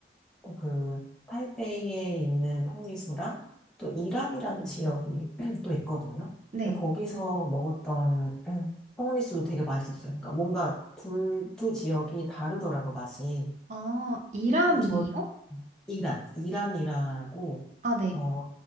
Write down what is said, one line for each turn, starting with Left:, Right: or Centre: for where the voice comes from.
Centre: 또그 타이베이에 있는 펑리수랑 또 이란이라는 지역이 <clears throat> 또 있거든요.
Right: 네.
Centre: 근데 거기서 먹었던 <clears throat> 펑리수도 되게 맛있었어요. 그러니까 뭔가 둘, 두 지역이 다르더라고 맛이.
Right: 아, 이라미요?
Centre: 그래서 전 이란, 이란이라고,
Right: 아, 네.
Centre: 어,